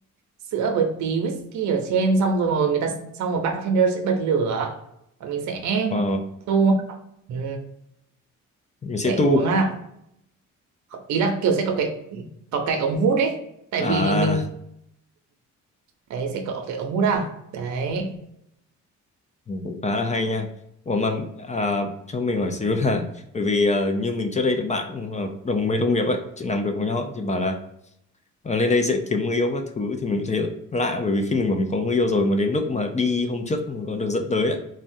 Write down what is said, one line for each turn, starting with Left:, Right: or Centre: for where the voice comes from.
Right: sữa với tí whisky ở trên xong rồi người ta xong rồi bartender sẽ bật lửa và mình sẽ
Left: Ờ,
Right: tu ừ,
Left: mình sẽ
Right: sẽ
Left: tu
Right: uống à ý là kiểu sẽ có cái có cái ống hút ấy tại
Left: à
Right: vì mình đấy sẽ có cái ống hút à đấy
Left: Ừ, cũng khá là hay nha. Ủa mà à, cho mình hỏi xíu là <laughs> bởi vì ờ, như mình trước đây được bạn ờ, đồng mấy đồng nghiệp ấy chị làm việc với nhau thì bảo là ờ, lên đây dễ kiếm người yêu các thứ thì mình cũng thấy lạ bởi vì khi mình bảo mình có người yêu rồi mà đến lúc mà đi hôm trước mình có được dẫn tới ấy,